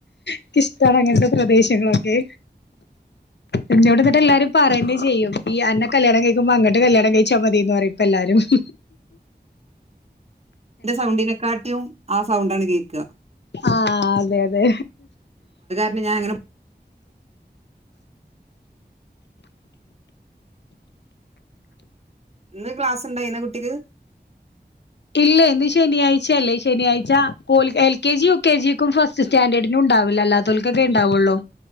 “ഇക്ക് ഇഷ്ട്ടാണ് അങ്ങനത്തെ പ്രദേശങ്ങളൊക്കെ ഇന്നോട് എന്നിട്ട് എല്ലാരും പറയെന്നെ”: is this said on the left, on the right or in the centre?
Left